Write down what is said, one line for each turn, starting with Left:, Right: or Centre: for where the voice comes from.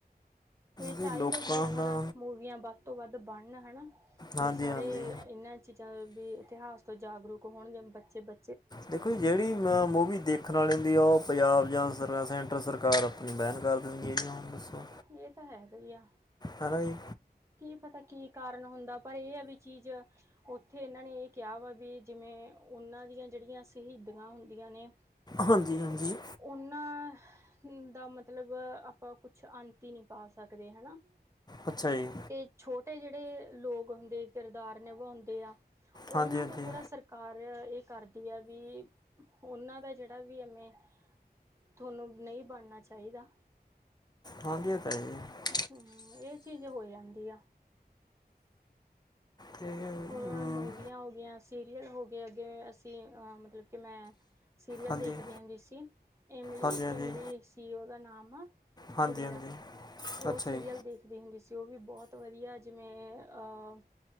Right: ਇਹ
Left: ਜੀ
Right: ਚਾਹੀਦਾ
Left: ਲੋਕਾਂ
Right: ਜਿਵੇਂ ਹੁਣ
Left: ਦਾ
Right: ਮੂਵੀਆਂ ਵੱਧ ਤੋਂ ਵੱਧ ਬਣਨ ਹੈਨਾ।
Left: ਹਾਂਜੀ
Right: ਵੀ ਸਾਰੇ
Left: ਹਾਂਜੀ
Right: ਇਹਨਾਂ ਚੀਜ਼ਾਂ ਵੀ ਇਤਿਹਾਸ ਤੋਂ ਜਾਗਰੂਕ ਹੋਣਗੇ ਬੱਚੇ ਬ
Left: ਦੇਖੋ ਜੀ ਜਿਹੜੀ ਮ ਮੂਵੀ ਦੇਖਣ ਵਾਲ ਹੁੰਦੀ ਐ ਉਹ ਪੰਜਾਬ ਜਾਂ ਸਰ ਸੈਂਟਰ ਸਰਕਾਰ ਬੈਨ ਕਰ ਦਿੰਦੀ ਹੈ ਜੀ, ਹੁਣ ਦੱਸੋ
Right: ਇਹ ਤਾਂ ਹੈਗਾ ਹੀ ਆ
Left: ਹੈ ਨਾ ਜੀ
Right: ਕੀ ਪਤਾ ਕੀ ਕਾਰਨ ਹੁੰਦਾ ਪਰ ਇਹ ਹੈ ਵੀ ਚੀਜ਼ ਉੱਥੇ ਇਹਨਾਂ ਨੇ ਇਹ ਕਿਹਾ ਵਾ ਵੀ ਜਿਵੇਂ ਉਹਨਾਂ ਦੀਆਂ ਜਿਹੜੀਆਂ ਸ਼ਹੀਦਾਂ ਹੁੰਦੀਆਂ ਨੇ।
Left: ਹਾਂਜੀ ਹਾਂਜੀ
Right: ਉਹਨਾਂ ਦਾ ਮਤਲਬ ਆਪਾਂ ਕੁਛ ਅੰਤ ਹੀ ਨਹੀ ਪਾ ਸਕਦੇ ਹੈਨਾ।
Left: ਅੱਛਾ ਜੀ
Right: ਤੇ ਛੋਟੇ ਜਿਹੜੇ ਲੋਕ ਹੁੰਦੇ ਕਿਰਦਾਰ ਨਿਭਾਉਂਦੇ ਆ। ਉਹਨਾਂ
Left: ਹਾਂਜੀ ਹਾਂਜੀ
Right: ਤੋਂ ਥੋੜਾ ਸਰ ਸਰਕਾਰ ਇਹ ਕਰਦੀ ਹੈ ਵੀ ਉਹਨਾਂ ਦਾ ਜਿਹੜਾ ਵੀ ਐਵੇਂ ਤੁਹਾਨੂੰ ਨਹੀਂ ਬਣਨਾ ਚਾਹੀਦਾ।
Left: ਹਾਂਜੀ ਇਹ ਤਾਂ ਹੈ ਹੀ।
Right: ਹੂ ਇਹ ਚੀਜ਼ ਹੋ ਜਾਂਦੀ ਆ
Left: ਤੇ ਅਮ,
Right: ਹੋਰ ਹੁਣ ਮੂਵੀਆਂ ਹੋ ਗਈਆਂ ਸੀਰੀਅਲ ਹੋ ਗਏ ਅੱਗੇ ਅਸੀਂ ਮਤਲਬ ਕਿ ਮੈਂ ਸੀਰੀਅਲ
Left: ਹਾਂਜੀ
Right: ਦੇਖਦੀ ਹੁੰਦੀ ਸੀ। ਇਮਲੀ
Left: ਹਾਂਜੀ ਹਾਂਜੀ
Right: ਇਮਲੀ ਸੀ ਉਹਦਾ ਨਾਮ ਆ
Left: ਹਾਂਜੀ
Right: ਕੁੜੀ
Left: ਹਾਂਜੀ
Right: ਦਾ ਉਹ
Left: ਅੱਛਾ
Right: ਸੀਰੀਅਲ
Left: ਜੀ
Right: ਦੇਖ ਦੀ ਹੁੰਦੀ ਸੀ ਉਹ ਵੀ ਬਹੁਤ ਵਧੀਆ ਜਿਵੇਂ ਅ